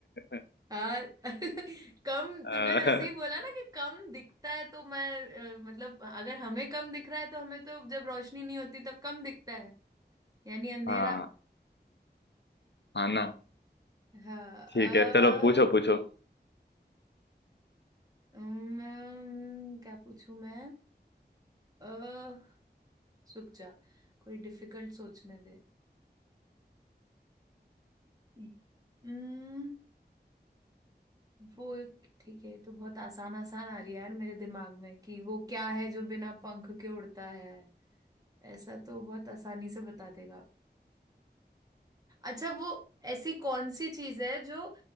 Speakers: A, on the left (about 80°); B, on the right (about 20°).
A: <laughs>
B: हाँ <laughs> कम
A: अ,
B: तूने जैसे ही बोला ना कि कम दिखता है तो मैं अ, मतलब अगर हमें कम दिख रहा है तो हमें तो जब रोशनी नहीं होती तब कम दिखता है यानी अंधेरा
A: हाँ हाँ ना
B: हाँ अ,
A: ठीक है चलो पूछो पूछो
B: अम्म, क्या पूछूं मैं अ रुक जा कोई डिफिकल्ट सोचने दे अम्म, वो एक- ठीक है ये तो बहुत आसान आसान आ रही है यार मेरे दिमाग में कि वो क्या है जो बिना पंख के उड़ता है ऐसा तो बहुत आसानी से बता देगा अच्छा वो ऐसी कौन सी चीज है जो